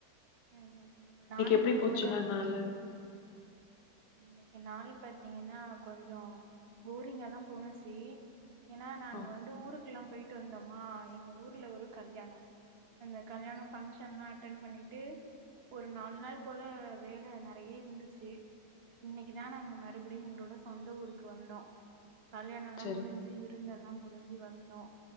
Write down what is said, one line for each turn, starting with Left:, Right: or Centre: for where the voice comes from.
Right: ம் ம் நானுமே
Left: எப்டி
Right: இப்பதா
Left: போச்சுங்க நாளு
Right: இன்னைக்கு நாள் பாத்தீங்கன்னா கொஞ்சோ போரிங்காதா போணுச்சு ஏன்னா நாங்க
Left: ஆ
Right: வந்து ஊருக்கெல்லா போயிட்டு வந்தோமா எங்க ஊர்ல ஒரு கல்யாணோ அந்த கல்யாணோ ஃபங்க்ஷன்லா அட்டன் பண்ணிட்டு ஒரு நாள் நாள் போல வேல நெறய இருந்துச்சு இன்னைக்குதா நாங்க மறுபடியு எங்களோட சொந்த ஊருக்கு வந்தோ கல்யாணோல்லா
Left: செரி
Right: முடிஞ்சு விருந்தெல்லா முடுஞ்சு வந்தோ